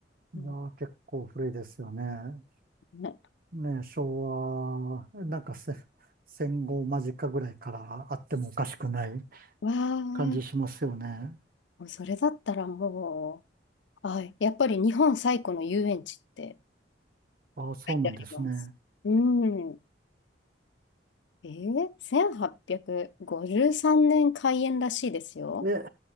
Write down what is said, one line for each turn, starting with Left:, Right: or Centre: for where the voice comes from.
Right: いやー、
Left: うん
Right: 結構古いですよね。
Left: ね。
Right: ね、昭和、なんかせ戦後間近ぐらいからあってもおかしくない
Left: わあ、も
Right: 感じしますよね。
Left: うそれだったらもう、あ、やっぱり日本最古の遊園地って
Right: ああ、そうなんですね。
Left: 書いてあります。うん。えー、1853年開園らしいですよ。
Right: え、